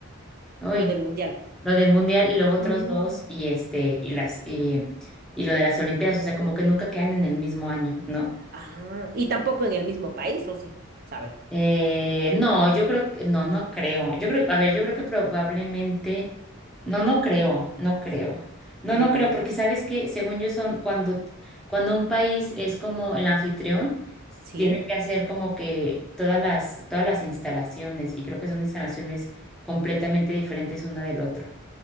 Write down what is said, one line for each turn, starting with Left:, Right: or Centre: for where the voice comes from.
Centre: hoy
Right: Lo del mundial.
Centre: lo del mundial y luego otros
Right: Mm.
Centre: dos y este y las y, y lo de las olimpiadas, o sea, como que nunca quedan en el mismo año, ¿no?
Right: Ah, y tampoco en el mismo país, ¿o sí? Saber.
Centre: Eh, no, yo creo que no, no creo. Yo creo, a ver, yo creo que probablemente no, no creo, no creo. No,
Right: Mm.
Centre: no creo, porque sabes que según yo son cuando cuando un país es como el anfitrión s-
Right: Sí.
Centre: tiene que hacer como que todas las todas las instalaciones y creo que son instalaciones completamente diferentes una del otro.